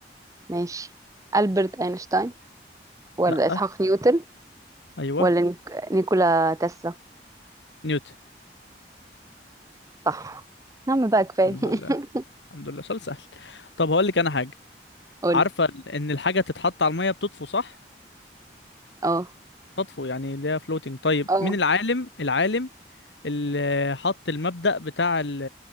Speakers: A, on the right (about 20°); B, on the left (about 80°).
A: ماشي البرت اينشتاين ولا
B: لا
A: اسحاق نيوتن
B: ايوه
A: ولا نيك- نيكولا تسلا
B: نيوتن
A: صح يا عم بقى كفايه
B: الحمد لله
A: <laughs>
B: الحمد لله سؤال سهل طب هقول لك انا حاجه
A: قولي
B: عارفه ال- ان الحاجه تتحط على الميه بتطفو صح
A: اه
B: تطفو يعني اللي هي فلوتنج طيب
A: اه
B: مين العالم العالم اللي حط المبدأ بتاع ال-